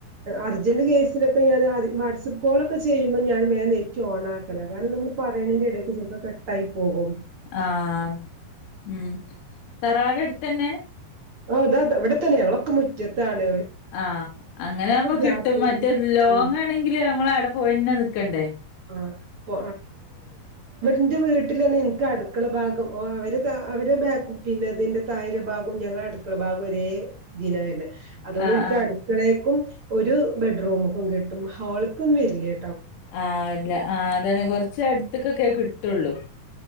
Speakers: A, on the right (about 50°); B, on the left (about 70°).
A: അർജന്റ് കേസിനൊക്കെ ഞാന ആധി വാട്സ്ആപ്പ് കോളൊക്കെചെയ്യുമ്പോ ഞാൻ വേം നെറ്റ് ഓണാക്കല കാരണം നമ്മള് പറയണതിന്റെ ഇടയ്ക്ക് ചെൽപ്പോ കട്ടായിപോകും <unintelligible>
B: ആഹ് ഉം തറവാട് അടുത്തന്നെ?
A: ഓ അതാത് ഇവിടെത്തന്നെയ.. ഞങ്ങളൊക്കെമുറ്റത്താണ്..
B: ആഹ്.. അങ്ങനാവുമ്പോ കിട്ടും..
A: ഗ്യാപ്പ്
B: മറ്റേ ലോങണെങ്കില് നമ്മള് അവിടെ പോയെന്നെ നിക്കണ്ടേ
A: <unintelligible> ന്റെ വീട്ടില് ഞങ്ങക്ക് അടുക്കളഭാഗം ഓ അവര് അവര്തിന്റെ താഴെ ഭാഗം ഞങ്ങളുടെ അടുക്കള ഭാഗം ഒരേ ഇതിനവരനെ അതുകൊണ്ട്
B: ആഹ്
A: ഇനിക്ക്
B: ആഹ്
A: അട്ക്കളേക്കും ഒരു ബെഡ്റൂമ്ക്കും കിട്ടും ഹോൾക്കൊന്നും വരില്ല്യ
B: ആ ഇല്ല ആ അതന്നെ കൊറച്ചട്തുക്കൊക്കെ കിട്ടൊള്ളൂ.